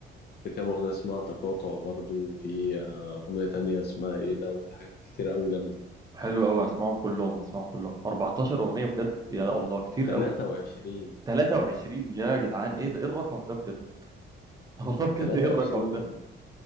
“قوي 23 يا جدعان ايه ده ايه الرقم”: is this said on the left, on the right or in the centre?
Right